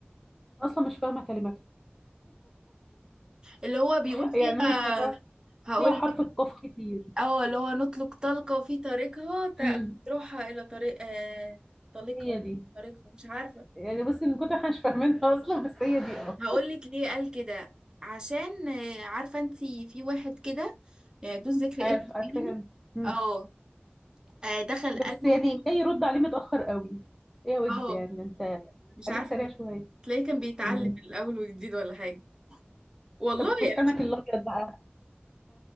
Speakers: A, in the centre; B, on the right.
A: انا اصلا مش فاهمه كلماتها
B: اللي هو بيقول
A: <laughs>
B: فيها
A: يعني انا سمعتها
B: هقول
A: فيها حرف
B: لك
A: القاف كتير
B: اه اللي هو نطلق طلقة في طريقها
A: امم
B: تأ- تروحها إلى طريق آه طليقها
A: هي دي
B: طريقها مش عارفة
A: يعني بصي من كتر احنا مش فاهمينها اصلا بس هي دي اه
B: هقول لك ليه قال كده عشان آه، عارفة انتي في واحد كده يعني دون ذكر
A: عارف
B: اسم
A: عارف
B: يعني
A: فاهم مم.
B: اه آه، دخل
A: بس
B: قالهم
A: يعني جاي يرد عليه متاخر قوي ايه ويجز
B: اه
A: يعني انت
B: مش
A: خليك
B: عارفة
A: سريع شويه
B: تلاقيه كان بيتعلم
A: مم.
B: من الأول وجديد ولا حاجة والله
A: طب
B: أنا
A: فستانك
B: مش
A: الابيض بقى